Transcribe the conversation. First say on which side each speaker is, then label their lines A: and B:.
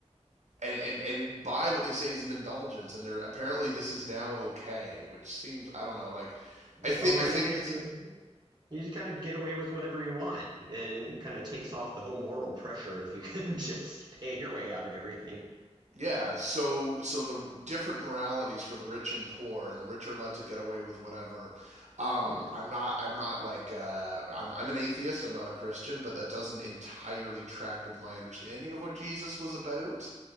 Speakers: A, on the right; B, on the right.
A: and, and and buy what they say is an indulgence and they're apparently this is now okay which seems I don't know like
B: Well,
A: I think
B: I
A: I think
B: mean, if
A: this
B: you
A: is
B: You just kind of get away with whatever you want and kind of takes off the whole moral pressure if you <laughs> can just pay your way out of everything.
A: Yeah, so so the different moralities for the rich and poor, and the rich are allowed to get away with whatever. Um,
B: Yeah.
A: I'm not I'm not like uh, I'm I'm an atheist. I'm not a Christian, but that doesn't entirely track with my understanding of what Jesus was about.